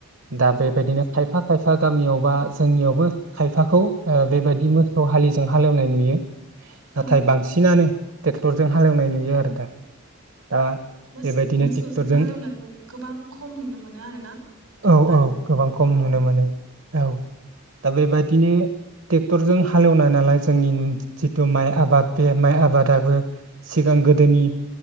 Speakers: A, on the right; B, on the right.
A: दा बेबायदिनो खायफा खायफा बा गामियाव बा जोंनियावबो खायफाखौ ओ बेबायदि मोसौ हालिजों हालेवनाय नुयो। नाथाय
B: औ
A: बांसिनानो ट्रेक्टरजों हालेवनाय नुयो आरो दा। दा
B: मोसो
A: बेबायदिनो
B: मोसौजों
A: ट्रेक्टरजों
B: हालेवनायखौ गोबां खम नुनो मोनो आरोना
A: औ
B: दानिया।
A: औ गोबां खम
B: औ
A: नुनो मोनो औ दा बेबायादिनो ट्रेक्टरजों हालेवनाय नालाय जोंनि जिथु माइ आबाद बे माइ आबादाबो सिगां गोदोनि